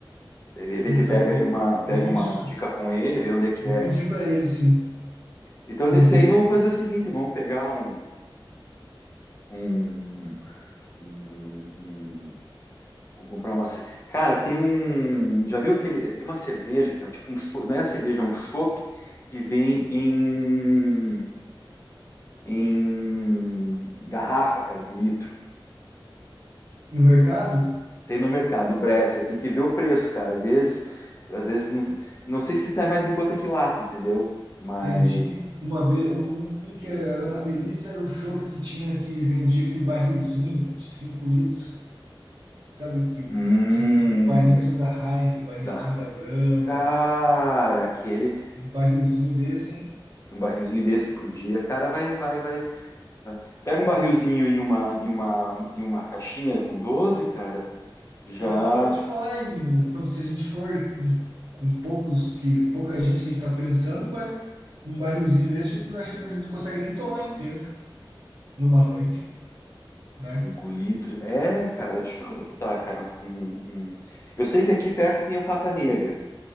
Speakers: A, on the left (about 30°); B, on the right (about 65°).
A: De repente
B: Então,
A: pega
B: vou.
A: aí uma, pega
B: Isso.
A: uma dica com ele, vê onde é que
B: Vou
A: é
B: pedir para ele, sim.
A: Então, nesse
B: Uhum.
A: aí, vamos fazer o seguinte: vamos pegar um. um, um- um- vamos comprar uma. ce- Cara, tem um. Já viu aquele. eh, Tem uma cerveja que é tipo um. cho- Não é cerveja, é um chopp que vem em. em garrafa, cara, de litro.
B: No mercado?
A: Tem no mercado, Bresser. Tem que ver o preço, cara. Às vezes. Às vezes não, não sei se sai mais em conta que lata, entendeu? Mas.
B: Entendi. Uma vez, um um que era uma delícia era o chopp que tinha que ele vendia aquele barrilzinho de 5 litros. Sabe que,
A: Hum,
B: que do barrilzinho da Heineken, barrilzinho
A: da,
B: da Brahma.
A: cara, aquele
B: Um barrilzinho desse, hein?
A: Um barrilzinho desse por dia, cara, vai, vai, vai, vai. Pega um barrilzinho e uma, e uma, e uma caixinha com 12, cara, já
B: Caramba, eu te falar, em- quando se a gente for em- com poucos que pouca gente que a gente tá pensando, vai um barrilzinho desse, eu acho que a gente não consegue nem tomar inteiro numa noite, né?
A: cinco litros. É, cara, deixa eu ver quanto é que tá, cara. Um, um- Eu sei que aqui perto tem o Pata Negra.